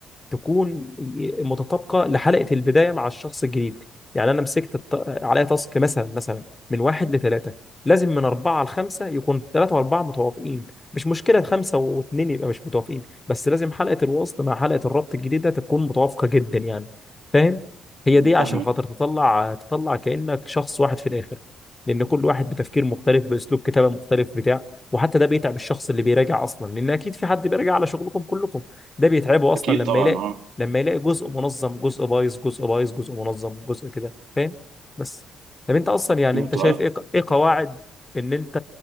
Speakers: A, on the left; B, on the right.
A: تكون متطابقه لحلقه البدايه مع الشخص الجديد يعني انا مسكت الت- عليا تاسك مثلا مثلا من واحد لثلاثه لازم من اربعه لخمسه يكون ثلاثه واربعه متوافقين مش مشكله خمسه واثنين يبقى مش متوافقين بس لازم حلقه الوصل مع حلقه الربط الجديده تكون متوافقه جدا يعني فاهم هي دي عشان
B: فاهمك
A: خاطر تطلع تطلع كانك شخص واحد في الاخر لان كل واحد بتفكير مختلف باسلوب كتابه مختلف بتاع وحتى ده بيتعب الشخص اللي بيراجع اصلا لان اكيد في حد بيراجع على شغلكم كلكم ده بيتعبه اصلا
B: اكيد
A: لما
B: طبعا
A: يلاقي
B: اه
A: لما يلاقي جزء منظم جزء بايظ جزء بايظ جزء منظم جزء كده فاهم بس طب انت اصلا يعني
B: متعب
A: انت شايف ايه ايه قواعد ان انت